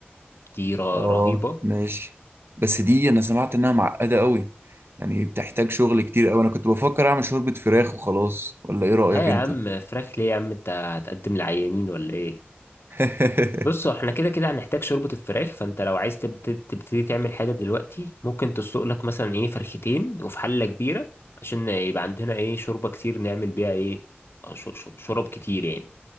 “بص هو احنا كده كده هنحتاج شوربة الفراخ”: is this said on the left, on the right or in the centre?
Left